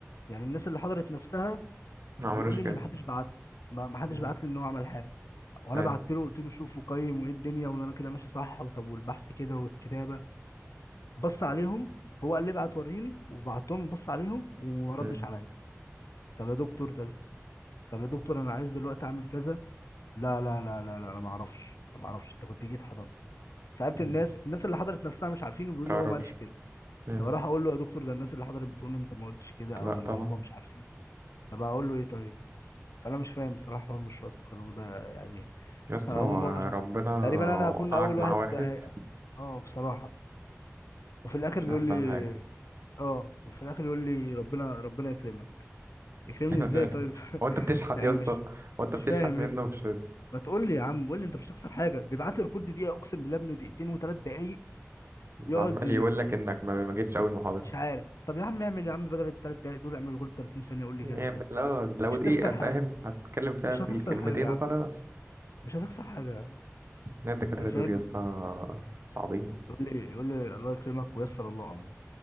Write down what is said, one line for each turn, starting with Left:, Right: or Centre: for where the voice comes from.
Left: يعني الناس اللي حضرت نفسها
Right: ما عملوش
Left: بيقول لي
Right: كده
Left: ان ما حدش بعت له ما ما حدش
Right: مم.
Left: بعت لي ان هو عمل حاجه وانا
Right: أي
Left: بعت له قلت له شوف وقيم وايه الدنيا وانا كده ماشي صح وطب والبحث كده والكتابه بص عليهم هو قال لي ابعت وريني وبعتهم بص عليهم وما ردش
Right: مم.
Left: عليا طب يا دكتور طب طب يا دكتور انا عايز دلوقتي اعمل كذا لا لا لا لا لا انا ما اعرفش انا ما اعرفش انت كنت جيت حضرت سألت
Right: مم.
Left: الناس الناس اللي حضرت نفسها مش عارفين وبيقولوا
Right: تعرفش
Left: هو ما قالش كده
Right: مم.
Left: طب اروح اقول له يا دكتور ده الناس اللي حضرت بتقول انت ما قلتش كده
Right: لا
Left: او ما
Right: طبعا
Left: هم مش عارفين طب اقول له ايه طيب فانا مش فاهم بصراحه حوار مشروع التخرج ده يعني
Right: يا اسطى
Left: <laughs> اول
Right: هو
Left: مره
Right: ربنا
Left: ش- تقريبا انا
Right: وقعك
Left: هكون اول
Right: مع
Left: واحد
Right: واحد
Left: ه- اه بصراحه وفي الاخر
Right: مش
Left: بيقول
Right: أحسن
Left: لي
Right: حاجة
Left: اه وفي الاخر يقول لي ربنا ربنا يكرمك يكرمني
Right: <laughs>
Left: ازاي طيب
Right: هو أنت
Left: <laughs>
Right: بتشحت
Left: يعني
Right: يا اسطى
Left: مش
Right: هو أنت
Left: مش
Right: بتشحت
Left: فاهم
Right: منه
Left: يا اسطى
Right: مش رد
Left: ما تقول لي يا عم قول لي انت مش هتخسر حاجه بيبعت لي الكود دقيقه اقسم بالله ابنه دقيقتين وثلاث دقايق يقعد
Right: عمال يقول لك إنك ما ما جيتش أول محاضرة
Left: مش عارف طب يا عم اعمل يا عم بدل الثلاث دقايق دول اعمل جول 30 ثانية قول لي
Right: يعني
Left: كذا كذا
Right: لو لو
Left: مش
Right: دقيقة
Left: هتخسر حاجة
Right: فاهم هتتكلم فيها
Left: مش
Right: في
Left: هتخسر
Right: الكلمتين
Left: حاجة يا عم
Right: وخلاص
Left: مش هتخسر حاجة
Right: لا الدكاترة
Left: يعني
Right: دول
Left: فاهم
Right: يا اسطى صعبين
Left: يقول لي يقول لي الله يكرمك ويسر الله امرك